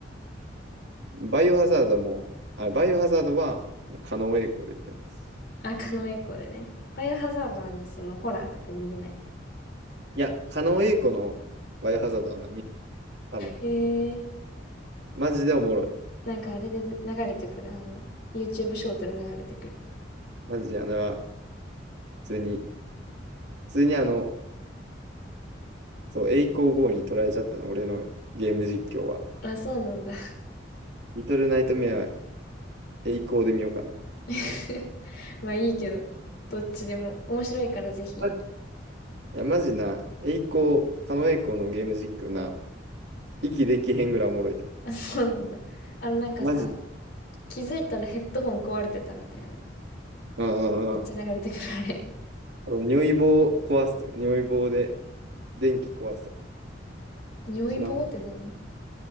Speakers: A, on the right (about 65°); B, on the left (about 60°).
A: バイオハザードも、あ、バイオハザードは、狩野英孝で見てます。
B: あ、狩野英孝でね。バイオハザードはね、そのホラーだから見れない。
A: いや、狩野英孝のバイオハザードはな、み多分、
B: へえ、
A: マジでおもろい。
B: なんかあれで流れてくる、あの、YouTube ショートで流れてくる。
A: マジであのは、普通に、普通にあの、そう、栄光号に取られちゃったの、俺のゲーム実況は。
B: あ、そうなんだ。
A: リトルナイトメア、栄光で見ようかな。
B: <laughs> まあいいけど、どっちでも。面白いからぜひ。
A: あいや、マジな、栄光、狩野英孝のゲーム実況な、息できへんぐらいおもろいで。
B: <laughs> あ、そうなんだ。あのなんかさ、
A: マジで。
B: 気づいたらヘッドホン壊れてたみたいな。
A: うんうんうん。
B: めっちゃ流れてくるあれ。
A: あの、尿意棒壊すとか、尿意棒で電気壊すとか、
B: <laughs> 尿意棒って何
A: 知らん